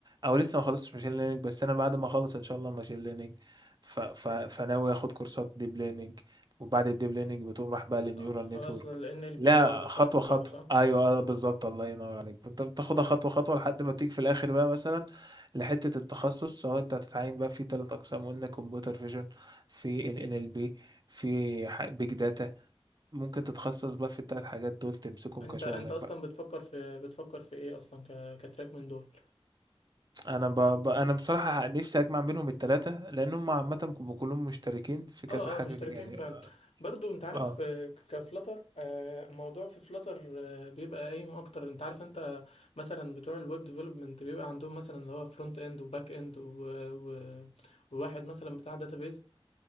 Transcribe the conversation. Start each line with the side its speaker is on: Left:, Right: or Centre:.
Right: او لسه ما خلصتش ماشين ليرنينج بس انا بعد ما اخلص ان شاء الله ماشين ليرنينج ف... ف... فناوي اخد كورسات ديب ليرنينج وبعد الديب ليرنينج بتقوم راح بقى للنيورال
Left: آه، خلاص
Right: نتورك
Left: ال NLP
Right: لا
Left: بقى والكلام
Right: خطوه
Left: ده كله
Right: خطوه
Left: صح؟
Right: ايوه اه بالظبط الله ينور عليك انت بتاخدها
Left: اه
Right: خطوه خطوه لحد ما تيجي في الاخر بقى مثلا لحته التخصص سواء انت هتتعين بقى في ثلاث اقسام قلنا كمبيوتر فيجن في ال ان ال بي في بيج داتا ممكن تتخصص بقى في التلات حاجات دول تمسكهم
Left: انت
Right: كشغلك
Left: انت اصلا
Right: بقى
Left: بتفكر في بتفكر في ايه اصلا ك... كتراك من دول
Right: انا ب... ب... انا بصراحة نفسي اجمع بينهم التلاتة لان هم عامة بيبقوا كلهم مشتركين في كذا
Left: اه
Right: حاجة
Left: اه مشتركين
Right: يعني
Left: فعلا برضو انت عارف
Right: اه
Left: آه، كفلتر آه، الموضوع في فلتر آه، بيبقى قايم اكتر انت عارف انت مثلا بتوع الويب ديفلوبمنت بيبقى عندهم مثلا اللي هو فرونت اند وباك اند و- و- وواحد مثلا بتاع داتابيز